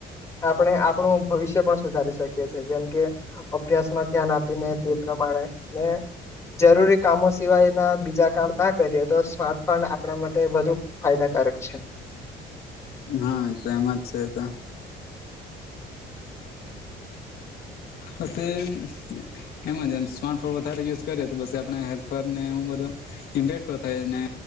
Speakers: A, on the left; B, on the left.
A: આપણે આપણું ભવિષ્ય પણ સુધારી શકીએ. <unintelligible> જેમ કે અભ્યાસમાં ધ્યાન આપીને તે પ્રમાણે ને જરૂરી કામો સિવાય ના બીજા કામ ના કરીએ તો સ્માર્ટફોન આપણા માટે વધુ ફાયદાકારક છે.
B: હા મિત્રો એમ જ છે તો <unintelligible> એમજ એમ સ્માર્ટફોન વધારે યુઝ કરએ તો બસ આપણા હેલ્પર ને એબધું ઇમ્પેક્ટ થાય ને